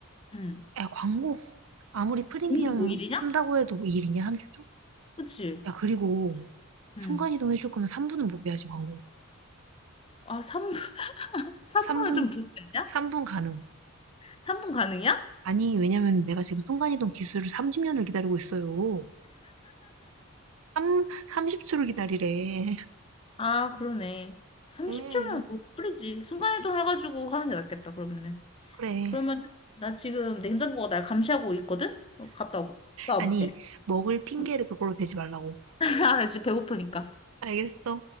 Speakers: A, on the left; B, on the right.
A: 응.
B: 야, 광고. 아무리 프리미엄
A: 보는 게뭐 일이냐?
B: 쓴다고 해도 이 일이냐, 30초?
A: 그치?
B: 야, 그리고
A: 응.
B: 순간이동 해줄 거면 3분은 먹여야지, 광고.
A: 아, 3분, 3분은
B: 3분,
A: <laughs> 좀 길지 않냐?
B: 삼분 가능.
A: 3분 가능이야?
B: 아니, 왜냐면 내가 지금 순간이동 기술을 30년을 기다리고 있어요. 3, 삼0초를 기다리래.
A: 아, 그러네. 30초면
B: 음,
A: 너무 빠르지. 순간이동 해가지고 하는 게 낫겠다, 그러면은.
B: 그래.
A: 그러면 나 지금 냉장고가 날 감시하고 있거든? 어, 갔다 오고. 나와볼게.
B: 아니, 먹을 핑계를
A: <laughs>
B: 그걸로 대지 말라고.
A: 아, 나 지금 배고프니까.
B: 알겠어.